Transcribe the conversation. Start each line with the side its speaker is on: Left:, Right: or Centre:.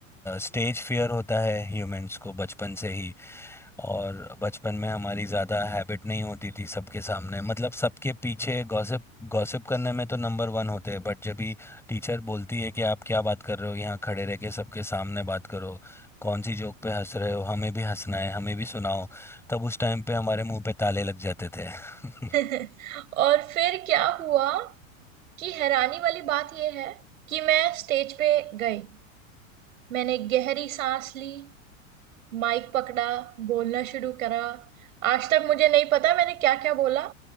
Centre: स्टेज फियर होता है ह्यूमंस को बचपन से ही और बचपन में हमारी ज्यादा हैबिट नहीं होती थी सबके सामने मतलब सबके पीछे गॉसिप गॉसिप करने में तो नंबर वन होते हैं बट जब भी टीचर बोलती है कि आप क्या बात कर रहे हो यहाँ खड़े रह के सबके सामने बात करो कौन सी जोक पे हंस रहे हो हमें भी हंसना है हमें भी सुनाओ तब उस टाइम पे हमारे मुंह पे ताले लग जाते थे <laughs>
Right: <laughs> और फिर क्या हुआ कि हैरानी वाली बात यह है कि मैं स्टेज पे गई मैंने गहरी सांस ली माइक पकड़ा बोलना शुरू करा आज तक मुझे नहीं पता मैंने क्या क्या बोला